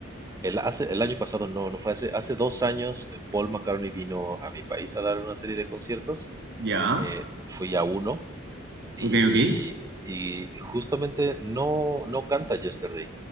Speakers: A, on the right; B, on the right.
A: el, hace, el año pasado, no, no fue hace, hace dos años, eh, Paul McCartney vino a mi país a dar una serie de conciertos,
B: ¿ya?
A: eh, fui a uno, y,
B: Ok, ok.
A: y justamente no, no canta Yesterday.